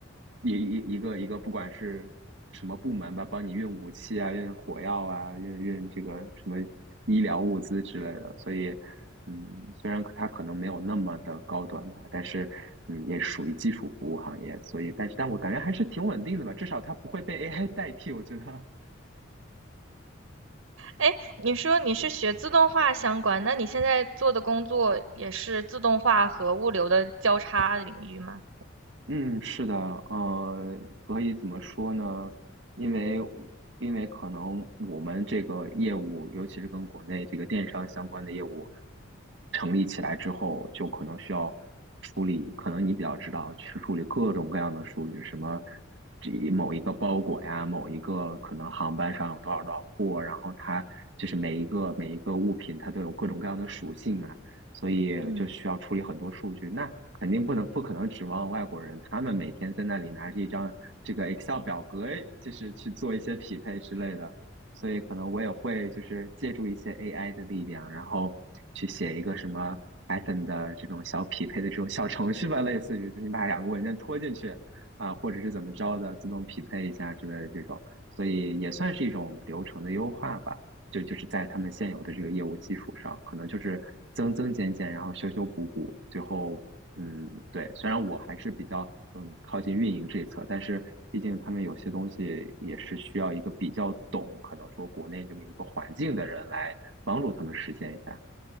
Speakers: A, on the right; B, on the right.
A: 一一一个一个，不管是什么部门吧，帮你运武器啊，运火药啊，运运这个什么医疗物资之类的。所以，嗯，虽然它可能没有那么的高端吧，但是嗯，也属于基础服务行业。所以，但是但我感觉还是挺稳定的吧，至少它不会被 AI 代替，我觉得。
B: 哎，你说你是学自动化相关，那你现在做的工作也是自动化和物流的交叉领域吗？
A: 嗯，是的，呃，可以怎么说呢？因为因为可能我们这个业务，尤其是跟国内这个电商相关的业务成立起来之后，就可能需要处理，可能你比较知道，去处理各种各样的数据，什么这某一个包裹呀，某一个可能航班上有多少多少货，然后它就是每一个每一个物品，它都有各种各样的属性嘛。所以就需要处理很多数据。
B: 嗯，
A: 那肯定不能不可能指望外国人，他们每天在那里拿着一张这个 Excel 表格，就是去做一些匹配之类的。所以可能我也会就是借助一些 AI 的力量，然后去写一个什么 Python 的这种小匹配的这种小程序吧，类似于就是你把两个文件拖进去啊，或者是怎么着的，自动匹配一下之类的这种。所以也算是一种流程的优化吧。就就是在他们现有的这个业务基础上，可能就是增增减减，然后修修补补，最后嗯，对，虽然我还是比较嗯靠近运营这一侧，但是毕竟他们有些东西也是需要一个比较懂，可能说国内这么一个环境的人来帮助他们实现一下。